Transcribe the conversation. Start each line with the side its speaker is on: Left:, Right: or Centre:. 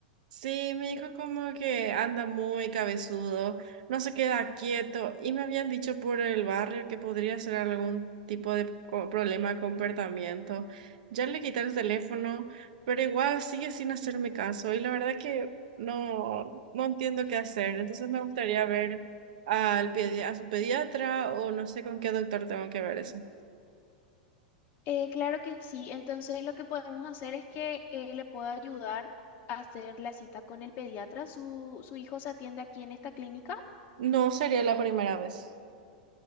Right: Sí, mi hijo como que anda muy cabezudo, no se queda quieto y me habían dicho por el barrio que podría ser algún tipo de co- problema con comportamiento. Ya le quité el teléfono, pero igual sigue sin hacerme caso y la verdad que no, no entiendo qué hacer. Entonces me gustaría ver al pedi- a su pediatra o no sé con qué doctor tengo que ver eso.
Left: Eh, claro que sí. Entonces lo que podemos hacer es que eh, le pueda ayudar a hacer la cita con el pediatra. Su, su hijo se atiende aquí en esta clínica.
Right: No sería la primera vez.